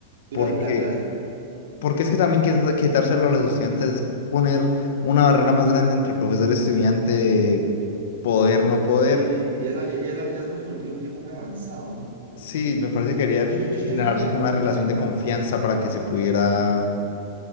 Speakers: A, on the right (about 80°); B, on the left (about 70°).
A: Durante
B: Porque,
A: la clase.
B: porque es que también quita- quitárselo a los estudiantes es poner una barrera más grande entre profesor y estudiante, poder, no poder.
A: Sí, y ya, ya, ya, ya estamos en un, en un tiempo muy avanzado, ¿no?
B: Sí, me parece que quería
A: Yo, yo, yo, yo siento
B: generarse
A: que,
B: como una
A: yo siento
B: relación
A: que
B: de confianza para que se pudiera
A: eh,